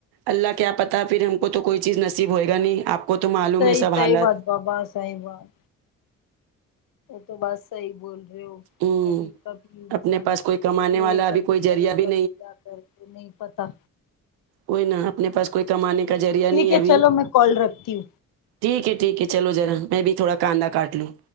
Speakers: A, on the right; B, on the left.
A: اللہ کیا پتہ پھر ہم کو تو کوئی چیز نصیب ہوئے گا نہیں آپ کو تو معلوم
B: صحیح
A: ہے سب
B: صحیح
A: حالت
B: بات بابا صحیح بات تو بس صحیح بول رہے ہو
A: ہوں
B: ابھی کبھی انسان
A: اپنے پاس کوئی کمانے
B: لے
A: والا
B: کبھی
A: ابھی کوئی ذریعہ
B: بھرے
A: بھی
B: کبھی کیا کرے نہیں پتا
A: وہئی نہ اپنے پاس کوئی کمانے کا ذریعہ
B: ٹھیک
A: نہیں
B: ہے
A: ابھی
B: چلو میں کال رکھتی ہوں
A: ٹھیک ہے ٹھیک ہے چلو ذرا میں بھی تھوڑا کاندا کاٹ لوں